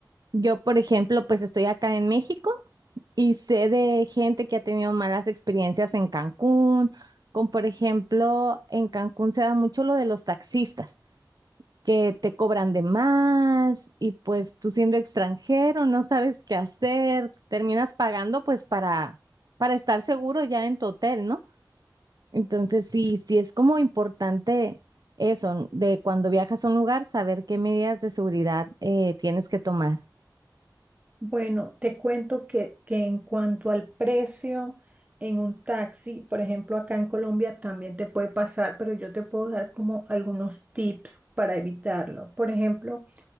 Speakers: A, on the right; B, on the right.
A: Yo, por ejemplo, pues estoy acá en México Y sé de gente que ha tenido malas experiencias en Cancún, como por ejemplo, en Cancún se da mucho lo de los taxistas, que te cobran de más y pues tú siendo extranjero no sabes qué hacer, terminas pagando pues para, para estar seguro ya en tu hotel, ¿no? Entonces sí, sí es como importante eso, de cuando viajas a un lugar, saber qué medidas de seguridad eh, tienes que tomar.
B: Bueno, te cuento que, que en cuanto al precio en un taxi, por ejemplo, acá en Colombia también te puede pasar, pero yo te puedo dar como algunos tips para evitarlo. Por ejemplo,